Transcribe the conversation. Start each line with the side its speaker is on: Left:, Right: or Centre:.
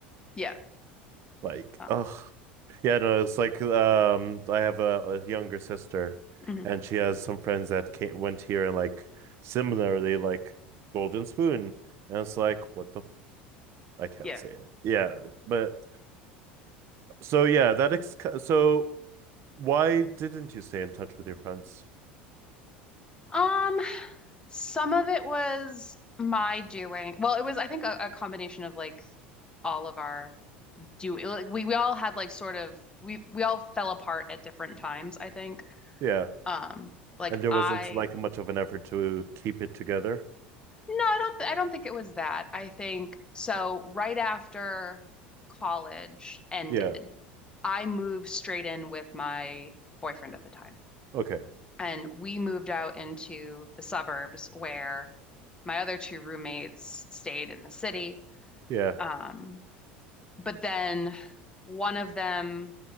Left: Yeah.
Right: Like,
Left: Uh,
Right: ugh, yeah, no, it's like um, I have a, a younger sister,
Left: mhm,
Right: and she has some friends that came, went here and like similarly like golden spoon, and it's like what the f I can't
Left: yeah.
Right: say it. Yeah, but so yeah, that ex so why didn't you stay in touch with your friends?
Left: Um Some of it was my doing. Well, it was, I think, a, a combination of like all of our do like, we we all had like sort of we we all fell apart at different times, I think.
Right: Yeah.
Left: Um, like
Right: and there
Left: I
Right: wasn't like much of an effort to keep it together.
Left: no, I don't th I don't think it was that. I think so right after college ended,
Right: Yeah.
Left: I moved straight in with my boyfriend at the time.
Right: Okay.
Left: And we moved out into the suburbs where my other two roommates stayed in the city
Right: Yeah.
Left: Um, but then one of them